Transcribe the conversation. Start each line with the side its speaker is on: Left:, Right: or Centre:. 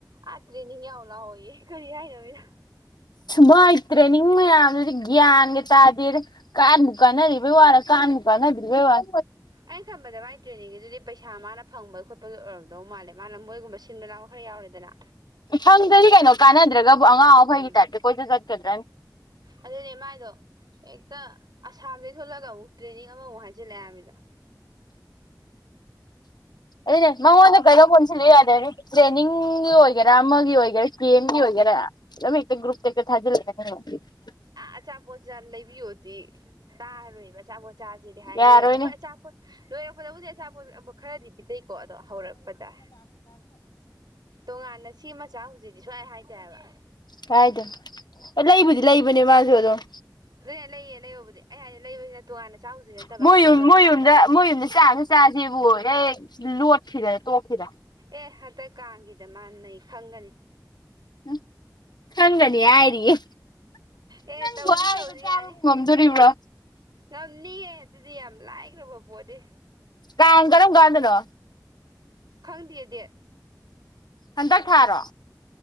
Right: ꯑꯗꯨꯗ꯭ꯔꯦ ꯅ ꯌꯥꯎ ꯂꯥꯎꯑꯣꯌꯦꯦ ꯀꯔꯤ ꯍꯥꯏꯅꯃꯤꯅ
Left: ꯃꯥꯏ ꯇ꯭ꯔꯦꯅꯤꯡ ꯃꯌꯥꯝ ꯒꯌꯥꯟꯒ ꯇꯥꯗꯦꯗ ꯀꯥꯟꯕꯨ ꯀꯥꯟꯅꯔꯤꯕꯩ ꯋꯔꯥ ꯀꯥꯟꯕꯨ ꯀꯥꯟꯅ ꯗꯔꯤꯕꯩ ꯋꯔꯥ
Right: ꯑꯩꯩꯅ ꯈꯟꯕꯗ ꯃꯥꯏ ꯇ꯭ꯔꯦꯅꯤꯡ ꯒꯤꯗꯨꯗꯤ ꯄꯩꯁꯥ ꯃꯥꯅ ꯐꯪꯕ ꯈꯣꯠꯄꯒꯤ ꯑꯣꯏꯔꯝꯗꯧ ꯃꯥꯜꯂꯦ ꯃꯥꯅ ꯃꯣꯏꯒꯨꯝꯕ ꯁꯤꯟꯕ ꯂꯥꯡꯕ ꯈꯔ ꯌꯥꯎꯔꯦꯗꯅ
Left: ꯐꯪꯗꯗꯤ ꯀꯩꯅꯣ ꯀꯥꯟꯅꯗ꯭ꯔꯒꯕꯨ ꯑꯉꯥꯎ ꯑꯈꯩꯒꯤ
Right: ꯎꯝ
Left: ꯇꯥꯏꯞꯇ ꯀꯣꯏꯁꯨ ꯆꯠꯀꯗ꯭ꯔꯅꯤ
Right: ꯑꯗꯨꯅꯦ ꯃꯥꯏꯗꯣ ꯍꯦꯛꯇ ꯑꯁꯥꯝꯗꯩ ꯊꯣꯛꯣꯜꯂꯒ ꯑꯃꯨꯛ ꯇ꯭ꯔꯦꯅꯤꯡ ꯑꯃꯃꯨꯛ ꯍꯥꯏꯖꯤꯜꯂꯛꯑ ꯍꯥꯏꯃꯤꯗ
Left: ꯑꯗꯨꯅꯦ ꯃꯥꯉꯣꯟꯗꯒꯩꯅ ꯄꯨꯟꯁꯤ ꯂꯩ ꯌꯥꯗꯦꯅꯤ ꯇ꯭ꯔꯦꯅꯤꯡꯒꯤ ꯑꯣꯏꯒꯦꯔꯥ ꯑꯃꯒꯤ ꯑꯣꯏꯒꯦꯔꯥ ꯀꯤ ꯑꯦꯝꯒꯤ ꯑꯣꯏꯒꯦꯔꯥ ꯑꯗꯨꯝ ꯍꯦꯛꯇ ꯒ꯭ꯔꯨꯞꯇ ꯍꯦꯛꯇ ꯊꯥꯖꯤꯜꯂꯛꯒꯅꯤ <unintelligible>
Right: ꯑꯆꯥꯄꯣꯠꯆꯥ ꯂꯩꯕꯤꯌꯣꯗꯤ ꯇꯥꯔꯣꯏꯕ ꯑꯆꯥꯄꯣꯠ ꯆꯥꯁꯤꯗꯤ ꯍꯥꯏꯔꯣꯏꯕ
Left: ꯌꯥꯔꯣꯏꯅꯦ
Right: ꯍꯣꯏ ꯑꯆꯥꯄꯣꯠ ꯂꯣꯏꯔꯛꯄꯗꯕꯨꯗꯤ ꯑꯆꯥꯄꯣꯠ ꯈꯔꯗꯤ ꯄꯤꯖꯩꯀꯣ ꯑꯗꯣ ꯍꯧꯔꯛꯄꯗ ꯇꯣꯉꯥꯟꯅ ꯁꯤꯃꯥ ꯆꯥꯎꯖꯦꯗꯤ ꯁꯨꯍꯥꯏ ꯍꯥꯏꯗꯦꯑꯕ
Left: ꯀꯥꯏꯗꯅ ꯂꯩꯕꯨꯗꯤ ꯂꯩꯕꯅꯦ ꯃꯥꯁꯨ ꯑꯗꯝ
Right: ꯑꯗꯨꯅꯦ ꯂꯩꯌꯦ ꯂꯩꯔꯕꯨꯗꯤ ꯑꯩ ꯍꯥꯏꯗꯤ ꯂꯩꯕꯁꯤꯅ ꯇꯣꯉꯥꯟꯅ ꯆꯥꯎꯁꯤ ꯅꯠꯇꯕ
Left: ꯃꯣꯏ
Right: ꯊꯕꯛ
Left: ꯌꯨꯝ
Right: ꯂꯣꯏꯔꯀꯥꯟꯗ
Left: ꯃꯣꯏ ꯌꯨꯝꯗ ꯃꯣꯏ ꯌꯨꯝꯗ ꯆꯥꯁꯨ ꯆꯁꯦꯕꯨ ꯍ ꯂꯣꯠꯈꯤꯗ ꯇꯣꯛꯈꯤꯔ
Right: ꯑꯦ ꯍꯟꯗꯛ ꯀꯥꯡꯒꯤꯗ ꯃꯥꯥꯟꯅꯩ ꯈꯪꯒꯅꯤ
Left: ꯎꯝ ꯈꯪꯒꯅꯤ ꯍꯥꯏꯔꯤꯌꯦ
Right: ꯑꯦ
Left: ꯅꯪꯕꯨ
Right: ꯇꯧꯁꯤ
Left: ꯍꯥꯏꯕ
Right: ꯇꯧꯁꯤ
Left: ꯆꯥꯕꯕꯨ
Right: ꯌꯥꯅꯤ
Left: ꯉꯝꯗꯣꯔꯤꯕ꯭ꯔꯣ
Right: ꯉꯝꯅꯤꯍꯦ ꯑꯗꯨꯗꯤ ꯌꯥꯝ ꯂꯥꯏꯈ꯭ꯔꯕ ꯄꯣꯠꯅꯤ
Left: ꯀꯥꯡ ꯀꯔꯝ ꯀꯥꯟꯗꯅꯣ
Right: ꯈꯪꯗꯦ ꯗꯦꯠ
Left: ꯍꯟꯗꯛ ꯊꯥꯔꯣ